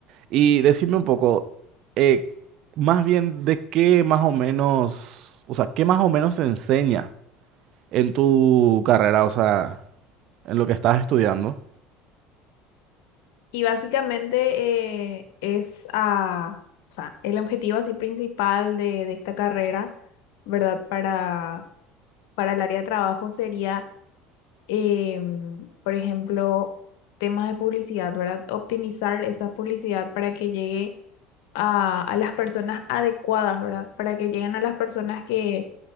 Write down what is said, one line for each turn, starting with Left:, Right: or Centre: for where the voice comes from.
Right: Y decime un poco, eh, más bien de qué más o menos, o sea, qué más o menos se enseña en tu carrera, o sea, en lo que estás estudiando.
Left: Y básicamente eh, es a o sea, el objetivo así principal de, de esta carrera, ¿verdad? Para, para el área de trabajo sería, em, por ejemplo, temas de publicidad, ¿verdad? Optimizar esa publicidad para que llegue a, a las personas adecuadas, ¿verdad? Para que lleguen a las personas que